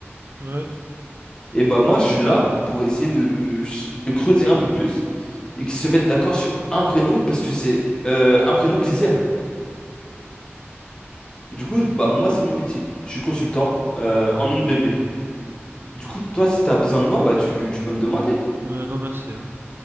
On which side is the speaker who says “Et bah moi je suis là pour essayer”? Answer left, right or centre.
Left